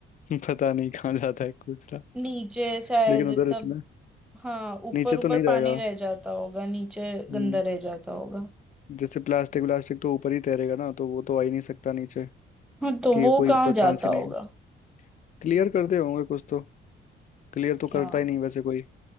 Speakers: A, on the left (about 40°); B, in the centre.
A: पता नहीं कहाँ जाता है कूचरा
B: नीचे शायद
A: लेकिन उधर
B: सब
A: इतना
B: हाँ ऊपर
A: नीचे
B: ऊपर
A: तो नहीं जाएगा
B: पानी रह जाता होगा नीचे
A: हम्म
B: गंदा रह जाता होगा
A: जैसे प्लास्टिक व्लास्टिक तो ऊपर ही तैरेगा ना तो वो तो आ ही नहीं सकता नीचे
B: हाँ तो
A: कि
B: वो
A: कोई
B: कहाँ
A: मतलब
B: जाता
A: चांस ही
B: होगा
A: नहीं क्लियर करते होंगे कुछ तो क्लियर
B: अच्छा
A: तो करता ही नहीं वैसे कोई